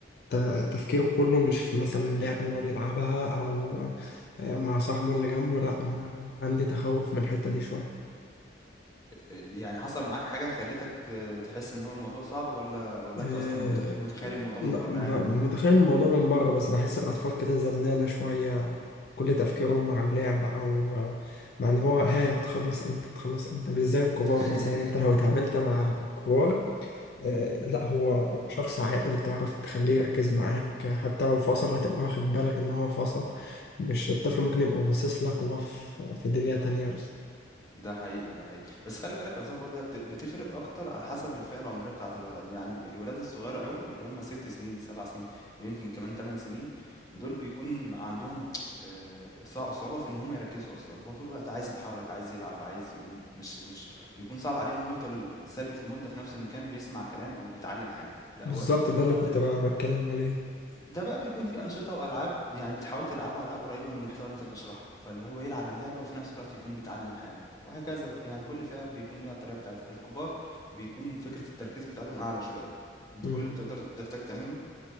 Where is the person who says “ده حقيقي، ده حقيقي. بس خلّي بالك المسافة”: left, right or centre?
Left